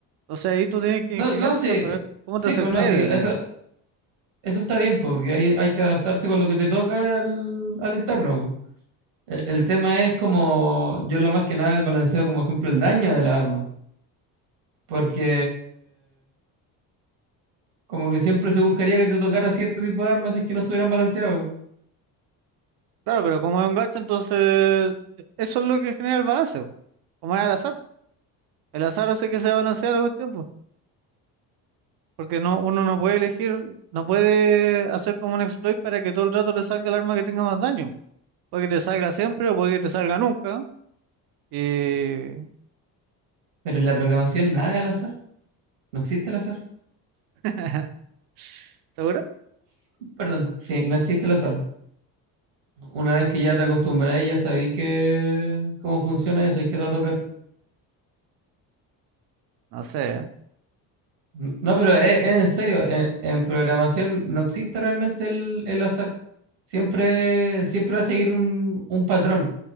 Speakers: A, on the right; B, on the right.
A: Entonces ahí tú tienes que
B: No,
A: ingeniártela
B: no, sí.
A: para ver cómo
B: Sí,
A: te acercáis
B: pues no, sí,
A: al enemigo.
B: eso, eso está bien, pues, porque hay, hay que adaptarse con lo que te toca al, al entorno. pues. E- El tema es como, yo lo más que nada el balanceo, como ejemplo, el daño de la arma, porque como que siempre se buscaría que te tocara cierto tipo de armas si es que no estuvieran balanceados.
A: Claro, pero como es un gacho, entonces eso es lo que genera el balance, po. como es al azar. El azar hace que se balancea la cuestión, po, porque no, uno no puede elegir, no puede hacer como un exploit para que todo el rato te salga el arma que tenga más daño. Puede que te salga siempre o puede que te salga nunca, Y...
B: Pero en la programación nada es al azar. No existe el azar.
A: <laughs> ¿Seguro?
B: Perdón. Sí, no existe el azar. Una vez que ya te acostumbráis, ya sabéis que cómo funciona, ya sabéis qué te va a tocar.
A: No sé.
B: No, pero es, es en serio, en, en programación no existe realmente el, el azar. Siempre, siempre va a seguir un, un patrón,